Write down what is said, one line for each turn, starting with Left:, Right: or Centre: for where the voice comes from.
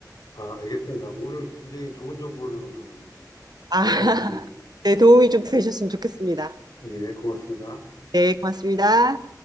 Left: 아, 알겠습니다. 오늘 굉장히 좋은 정보를 얻어갑니다.
Right: 아,
Left: 감사했습니다.
Right: <laughs> 네, 도움이 좀 되셨으면 좋겠습니다.
Left: 예, 고맙습니다.
Right: 네, 고맙습니다.